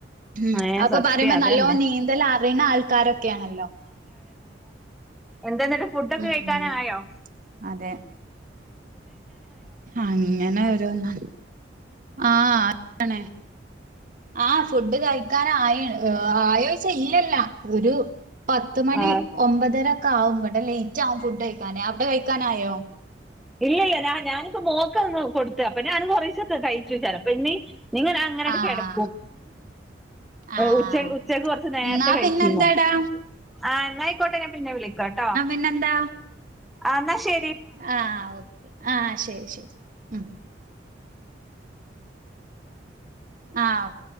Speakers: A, on the right; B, in the centre.
A: ഉം
B: ഏ
A: അപ്പൊ
B: സത്യം
A: പറയുമ്പോ
B: അതന്നെ
A: നല്ലോ നീന്തൽ അറുന്ന ആൾക്കാരൊക്കെയാണല്ലോ
B: എന്തെന്നിട്ട് ഫുഡ ഒക്കെ
A: ഉം
B: കഴിക്കാന ആയോ
A: അതെ അങ്ങനെ ഒരുരോന്ന ആഹ ആണേ ആഹ ഫുഡ് കഴിക്കാനായ ആയോചിച്ച ഇല്ലല്ല ഒരു പത്ത മണി
B: ആഹ്
A: ഒമ്പതരൊക്കെ ആവുംും കേട്ടെ ലേറ്റ് ആവുംും ഫുഡ് കഴിക്കാനേ അവിടെ കഴിക്കാനായോ
B: ഇല്ല ഇല്ല ാ ഞാനിപ്പോ മോക്ക ഒന്ന് കൊടുത്ത അപ്പൊ ഞാന് കുറശ കഴിച്ചു വച്ചാം അപ്പൊ ഇനി നിങ്ങ അങ്ങനെട
A: ആഹ്
B: കിടപ്പും
A: ആഹ്
B: ഉച്ച ഉച്ചക്ക് കൊറച്ച് നേരത്തെ
A: എന്നാ
B: കഴിച്ചിുന്നോ
A: പിന്നെന്താടാ
B: ആഹ് എന്നായിക്കോട്ടെ ഞാെ പിന്നെ വിളിക്കോട്ടോ
A: പിെന്താ
B: ആ എന്നാ ശരി
A: ആഹ ഓക്കെ ആഹ ശരി ശരി ഉ ആഹ്ഓക്ക